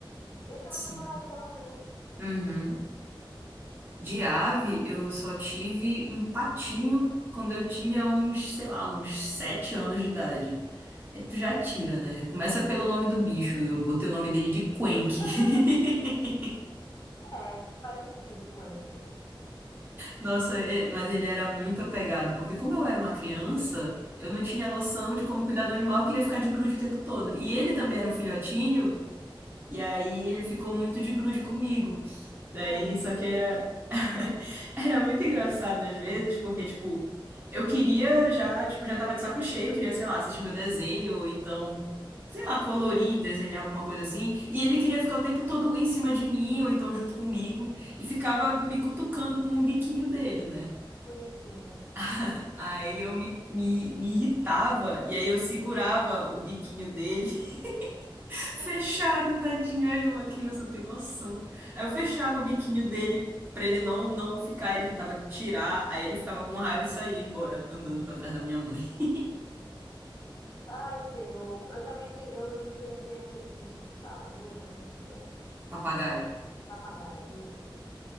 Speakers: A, on the left; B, on the right.
A: Esse também
B: Sim.
A: não durou tanto, né?
B: Uhum. De ave, eu só tive um patinho quando eu tinha uns, sei lá, uns sete anos de idade. É, Tu já tira, né? Começa pelo nome do bicho. Eu botei o nome dele de Quenque.
A: <laughs>
B: <laughs>
A: É, faz sentido, Quentin.
B: Nossa, é, mas ele era muito apegado, porque como eu era uma criança, eu não tinha noção de como cuidar do animal, eu queria ficar de grude o tempo todo. E ele também era um filhotinho, e aí ele ficou muito de grude comigo. Daí,
A: Ai, que
B: só
A: bonitinho.
B: que era. <laughs> Era muito engraçado às vezes, porque, tipo, eu queria já, tipo, já tava de saco cheio, queria, sei lá, assistir meu desenho, ou então, sei lá, colorir, desenhar alguma coisa assim. E ele queria ficar o tempo todo em cima de mim, ou então junto comigo, e ficava me
A: <laughs>
B: cutucando com o biquinho dele, né?
A: Bonitinho.
B: <laughs> Aí eu me, me, me irritava, e aí eu segurava o biquinho dele Fechado,
A: <laughs>
B: tadinho. Aí uma criança não tem noção. Aí eu fechava o biquinho dele pra ele não, não ficar. Ele tentava tirar, aí ele ficava com raiva e saía embora, andando pra trás da minha mãe. <laughs>
A: Ai, senhor. Eu também, que, eu também queria ter aqueles bichinhos que falam louro, né? Não quer?
B: Papagaio.
A: É, É, papagaio, isso.